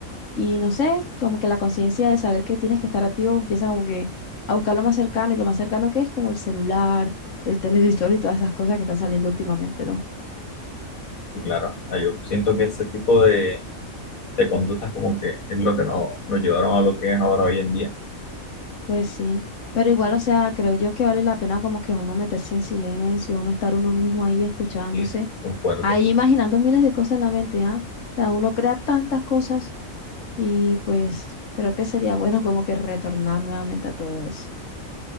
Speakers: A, on the left; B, on the left.
A: Y no sé, como que la conciencia de saber que tienes que estar activo empieza como que a buscar lo más cercano y lo más cercano que es como el celular, el televisor y todas esas cosas que están saliendo últimamente, ¿no?
B: Sí, claro. Ah, Yo siento que ese tipo de, de conductas como que es lo que nos, nos llevaron a lo que es ahora hoy en día.
A: Pues sí, pero igual, o sea, creo yo que vale la pena como que uno meterse en silencio, uno estar uno mismo ahí escuchándose,
B: Y sí, concuerdo.
A: ahí imaginando miles de cosas en la mente, ¿ah? O sea, uno crea tantas cosas y pues creo que sería bueno como que retornar nuevamente a todo eso.